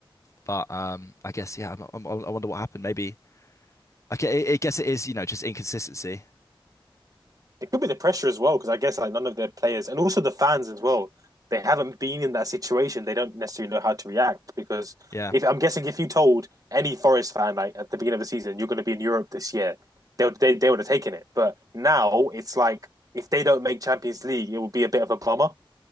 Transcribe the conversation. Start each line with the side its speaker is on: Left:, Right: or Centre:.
Left: But um, I guess yeah. I'm, I'm, I wonder what happened. Maybe. Okay, I I guess it is. You know, just inconsistency.
Right: It could be the pressure as well because I guess like none of their players and also the fans as well. They haven't been in that situation. They don't necessarily know how to react because
Left: Yeah,
Right: if I'm guessing if you told any Forest fan like at the beginning of the season you're going to be in Europe this year, they would, they they would have taken it. But now it's like if they don't make Champions League, it would be a bit of a bummer.